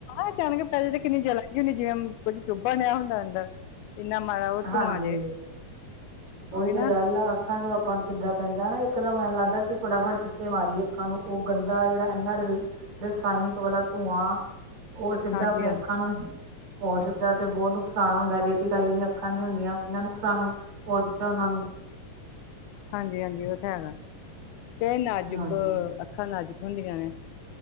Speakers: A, on the left; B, on the right.
A: ਅਚਾਨਕ ਪਹਿਲੇ ਤਾਂ ਕਿਨੀ ਜਲਦੀ ਹੁੰਦੀ, ਜਿਵੇ ਕੁੱਝ ਚੁੱਭਣ ਨਿਆਹਾ ਹੁੰਦਾ ਅੰਦਰ ਇਨਾ ਮਾੜਾ ਉਹ
B: ਹਾਂਜੀ
A: ਧੂਆਂ ਜੇ, ਔ
B: ਉਹੀ
A: ਹੀ
B: ਤੇ
A: ਨਾ-
B: ਗੱਲ ਆ ਅੱਖਾਂ ਜੋ ਆਪਾਂ ਨੂੰ ਕਿਦਾਂ ਪੈਂਦਾ, ਨਾ ਇਕਦਮ ਐ ਲਗਦਾ, ਕਿ ਫਟਾਫਟ ਛਿਟੇ ਮਾਰੀਏ ਅੱਖਾਂ ਨੂੰ, ਉਹ ਗੰਦਾ ਜਿਹੜਾ ਇਨਾ ਰ ਰਸਾਇਣਿਕ ਵਾਲਾ ਧੂੰਆਂ, ਉਹ ਸਿੱਧਾ
A: ਹਾਂਜੀ
B: ਆਪਣੇ
A: ਹਾਂਜੀ
B: ਅੱਖਾਂ ਸਾਨੂੰ ਪਹੁੰਚਦਾ, ਤੇ ਬਹੁਤ ਨੁਕਸਾਨ ਹੁੰਦਾ ਜ ਜਿਹੜੀਆਂ ਅੱਖਾਂ ਨਹੀਂ ਹੁੰਦੀਆਂ, ਕਿੰਨਾਂ ਨੁਕਸਾਨ ਪਹੁੰਚਦਾ ਉਹਨਾਂ ਨੂੰ
A: ਹਾਂਜੀ ਹਾਂਜੀ, ਉਹ ਤੇ ਹੈਗਾ, ਏ ਨਾਜੁਕ
B: ਹਾਂਜੀ।
A: ਅੱਖਾਂ ਨਾਜੁਕ ਹੁੰਦੀਆਂ ਨੇ